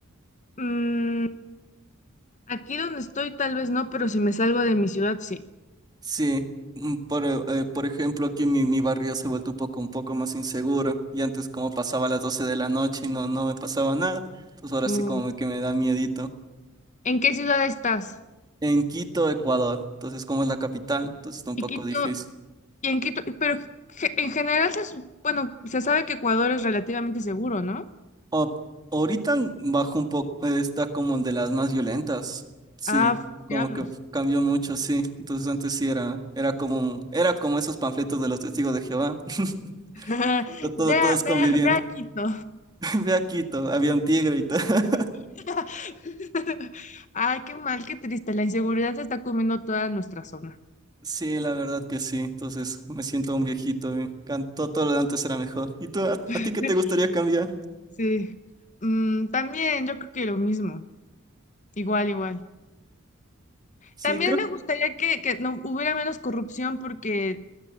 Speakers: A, on the left; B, on the right.
A: Mm, aquí donde estoy, tal vez no, pero si me salgo de mi ciudad, sí.
B: Sí, mm, por, e, eh, por ejemplo, aquí mi, mi barrio se ha vuelto un poco, un poco más inseguro y antes como pasaba a las 12 de la noche y no, no me pasaba nada, pues ahora
A: Mm,
B: sí como que me da miedito.
A: ¿En qué ciudad estás?
B: En Quito, Ecuador, entonces como es la capital, entonces está un
A: Y
B: poco
A: Quito,
B: difícil.
A: y en Quito, pero ge- en general se, su- bueno, se sabe que Ecuador es relativamente seguro, ¿no?
B: O- ahorita bajo un poco, eh, está como de las más violentas, sí,
A: Ah, f-
B: como
A: diablos.
B: que cambió mucho, sí. Entonces antes sí era, era como, un- era como esos panfletos de los testigos de Jehová, <laughs>
A: <laughs>
B: to- todo-
A: Ve
B: todos
A: a,
B: conviviendo.
A: ve a- ve a Quito.
B: <laughs> Ve a Quito, había un tigre y todo.
A: <laughs>
B: <laughs>
A: Ay, qué mal, qué triste. La inseguridad se está comiendo toda nuestra zona.
B: Sí, la verdad que sí. Entonces me siento un viejito. eh. Cantó todo todo lo de antes era mejor. ¿Y tú, a,
A: <laughs>
B: a ti qué te gustaría cambiar?
A: Sí. Mm, también yo creo que lo mismo. Igual, igual.
B: Sí,
A: También
B: creo,
A: me gustaría que, que no hubiera menos corrupción porque